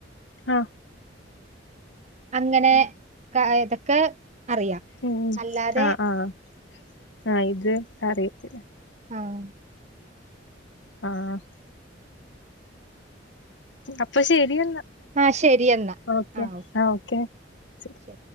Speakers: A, on the left; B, on the right.
A: ആഹ്
B: അങ്ങനെ ഇതൊക്കെ അറിയാം
A: ഉം
B: അല്ലാതെ
A: ആഹ് ആഹ് ആഹ് ഇത് അറിയത്തില്ല
B: ആഹ്
A: ആഹ് അപ്പൊ ശരി എന്ന
B: ആ ശരി എന്നാ
A: ഓക്കെ
B: ആ
A: ആഹ് ഓക്കെ ശ
B: ശരി